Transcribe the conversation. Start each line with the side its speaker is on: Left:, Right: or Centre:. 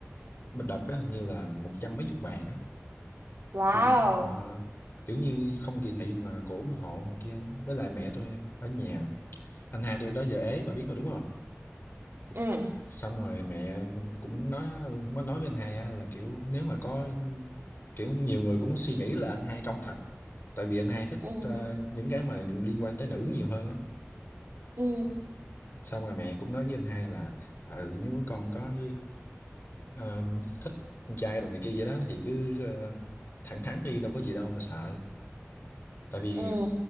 Left: đợt đó hình như là một trăm mấy chục bàn á
Right: wow
Left: tôi nhớ ờ, kiểu như không kỳ thị mà cổ ủng hộ này kia với lại mẹ tôi ở nhà anh hai tôi đó giờ ế bà biết mà đúng không
Right: ừ
Left: xong rồi mẹ cũng nói mới nói với anh hai á là kiểu nếu mà có kiểu nhiều người cũng suy nghĩ là anh hai công thật tại vì anh hai thích
Right: ừ
Left: ờ, những cái mà liên quan tới nữ nhiều hơn á
Right: ừ
Left: xong rồi mẹ cũng nói với anh hai là ừ nếu con có ờ, thích con trai đồ này kia vậy đó thì cứ ờ, thẳng thắn đi đâu có gì đâu mà sợ tại vì
Right: ừ